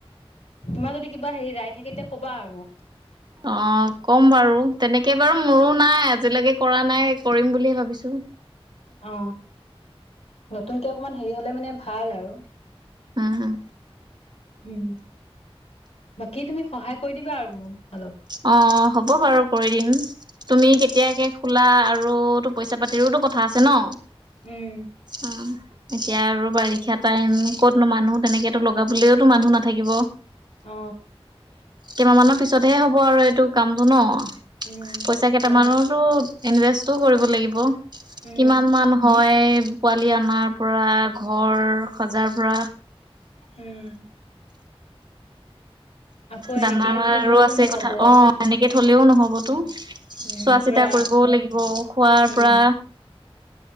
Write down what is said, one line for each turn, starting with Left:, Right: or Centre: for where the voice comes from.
Left: তোমাৰ যদি কিবা হেৰি ৰায় থাকে, তেতিয়া কবা আৰু
Right: অ' কম বাৰু তেনেকে বাৰু মোৰো নাই আজিলৈকে কৰা নাই কৰিম বুলি ভাবিছোঁ?
Left: অ, নতুনকে অকমান হেৰি হলে মানে ভাল আৰু।
Right: উম।
Left: উম বাকী তুমি সহায় কৰি দিবা আৰু মোক। অলপ
Right: অ হ'ব বাৰু কৰি দিম তুমি কেতিয়াকে খোলা আৰু তো পইচা পাতিৰোতো কথা আছে ন।
Left: উম
Right: উম, এতিয়া আৰু বাৰিষা টাইম ক'তনো মানুহ তেনেকেতো লগাবলেওতো মানুহ নাথাকিব।
Left: অ।
Right: কেইমাহমানৰ পিছতহে হ'ব আৰু এইটো কামটো ন,
Left: উম
Right: পইচা কেইটামানৰোটো
Left: নহয়
Right: ইনভেষ্টটো কৰিব লাগিব,
Left: উম
Right: কিমানমান হয় সেই পোৱালি অনাৰ পৰা, ঘৰ সজাৰ পৰা
Left: উম। আকৌ এনেকে
Right: দানাৰো
Left: থলুৱতো
Right: আছে
Left: নহব
Right: কথা, অ এনেকে থলেও নহবতো চোৱা
Left: উম পুৰা
Right: চিতা কৰিবও লাগিব, খোৱাৰ
Left: উম
Right: পৰা